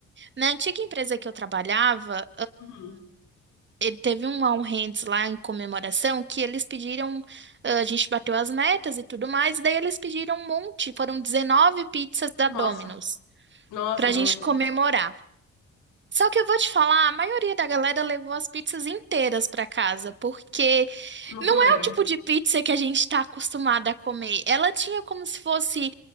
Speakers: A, on the right; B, on the left.
A: na antiga empresa que eu trabalhava,
B: Uhum.
A: ele teve um All Hands lá em comemoração que eles pediram, ah, a gente bateu as metas e tudo mais, e daí eles pediram um monte, foram 19 pizzas da
B: Nossa,
A: Domino's
B: nossa,
A: pra
B: Dona.
A: gente comemorar. Só que eu vou te falar, a maioria da galera levou as pizzas inteiras pra casa, porque
B: Não
A: não
B: comeram.
A: é o tipo de pizza que a gente tá acostumada a comer. Ela tinha como se fosse,